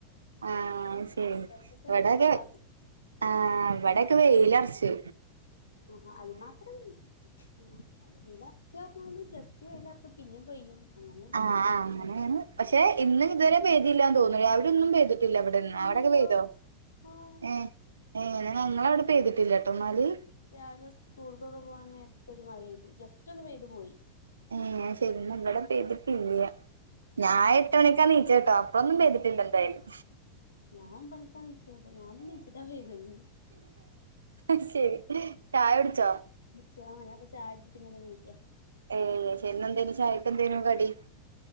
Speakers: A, on the right (about 70°); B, on the left (about 70°).
A: ആഹ് ശരി
B: ചെലപ്പോ പെയ്യോയ്ക്കാരം
A: ഇവിടൊരു ആഹ് ഇവിടെക്ക വെയിലൊറച്ച്
B: ആഹ് അയിന് മാത്രം <unintelligible> വെയിലൊറച്ച് പറഞ്ഞാല് ജസ്റ്റ് വെയിലൊറക്കും പിന്നേം പെയ്യും അങ്ങനെണ്
A: ആഹ് ആഹ് അങ്ങനെയാണ് പക്ഷെ ഇന്ന് ഇതുവരെ പെയ്തില്ലാ തോന്ന് രാവിലെയൊന്നും പെയ്തിട്ടില്ല ഇവിടെന്ന്
B: ഇണ്ടല്ലോ
A: അവിടൊക്കെ പെയ്തോ
B: ആഹ്
A: ഏഹ് എഹ് ഞങ്ങളവിടെ പെയ്തിട്ടില്ലാട്ടൊ എന്നാല്
B: രാവിലെ സ്കൂൾക്കൊക്ക പോവാം നേരത്തൊരു മഴ പെയ്തു ജസ്റ്റ് ഒന്ന് പെയ്ത് പോയി
A: ഏഹ് ശരിന്ന ഇവിടെ പെയ്തിട്ടില്ല ഞാൻ
B: ഉം
A: എട്ട് മണിക്കാണീച്ച കേട്ടോ ഒന്നും പെയ്തിട്ടില്ല എന്തായാലും
B: ഞാൻ ഒമ്പണിക്ക എണീച്ചത് ഞാൻ എണീച്ചിട്ട പെയ്തത്
A: അത് ശരി ചായ കുടിച്ചോ
B: ചാ ഞാൻ ഇപ്പോ ചായകുടിച്ചിട്ട് ഇങ്ങനെണീക്കാ
A: ഏഹ് ചെന്നന്തേനു ചായക്കെന്തേനു കടി